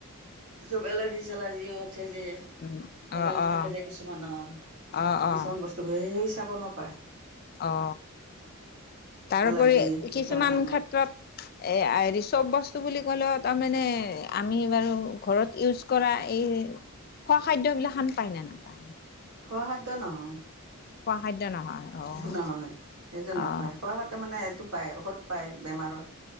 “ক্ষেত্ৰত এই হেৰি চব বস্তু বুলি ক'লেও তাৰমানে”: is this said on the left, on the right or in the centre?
Left